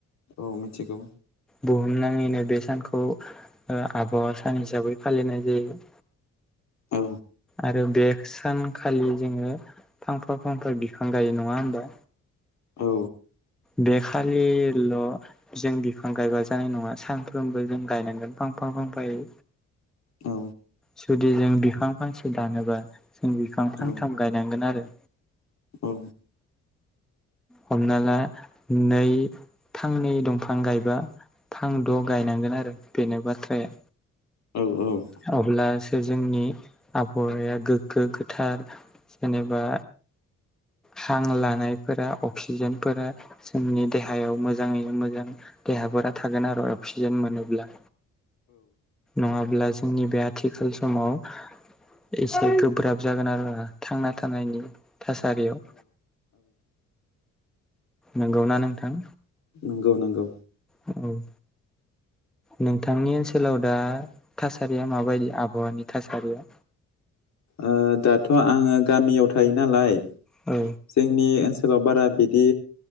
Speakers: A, on the left; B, in the centre.
A: औ मिथिगौ।
B: बुहुम नाङैनो बे सानखौ ओ आबहावा सान हिसाबै फालिनाय जायो।
A: औ
B: आरो बे सानखालि जोङो फांफा फांफा बिफां गायो नङा होमबा?
A: औ।
B: बेखालि ल' जों बिफां गायबा जानाय नङा सानफ्रोमबो जों गायनांगोन फांफां फांफायै।
A: औ
B: जुदि जों बिफां फांसे दानोबा जों बिफां फांथाम
A: औ
B: गायनांगोन आरो।
A: औ।
B: हमना ला नै फांनै दंफां गायबा फांद' गायनांगोन आरो बेनो बाथ्रा या
A: औ
B: थै अब्लासो जोंनि आबहावाया गोग्गो गोथार जेनेबा हां लानायफोरा अक्सिजेनफोरा जोंनि देहायाव मोजाङैनो मोनो। देहाफोरा थागोन आरो अक्सिजेन मोनोब्ला नङाब्ला जों जोंनि बे आथिखाल समाव एसे गोब्राब जागोन आरो आ थांना थानायनि थासारियाव। नंगौना नोंथां।
A: नंगौ नंगौ।
B: नंगौ। नोंथांनि ओनसोलाव दा थासारिया माबायदि आबहावानि थासारिया?
A: ओ दाथ' आङो गामियाव थायो नालाय
B: औ।
A: जोंनि ओनसोलाव बारा बिदि